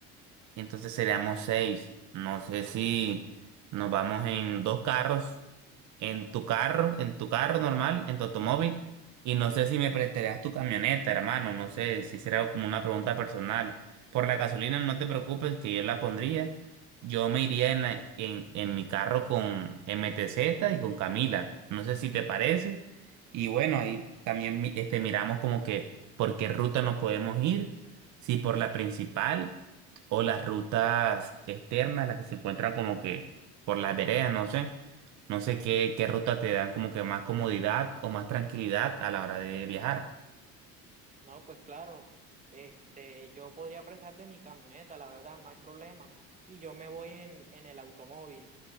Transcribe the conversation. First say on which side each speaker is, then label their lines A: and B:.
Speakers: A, on the right; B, on the right.
A: y entonces seríamos seis. No sé si nos vamos en dos carros en tu carro, en tu carro normal, en tu automóvil, y no sé si me prestarías tu camioneta, hermano, no sé si será como una pregunta personal. Por la gasolina no te preocupes que yo la pondría. Yo me iría en la- en, en mi carro con MTZ y con Camila. No sé si te parece. Y bueno, ahí también mi- este, miramos como que por qué ruta nos podemos ir, si por la principal o las rutas externas, las que se encuentran como que por las veredas, no sé. No sé qué, qué ruta te dan como que más comodidad o más tranquilidad a la hora de viajar.
B: No, pues claro, este, yo podría prestarte mi camioneta, la verdad, no hay problema. Y yo me voy en, en el automóvil.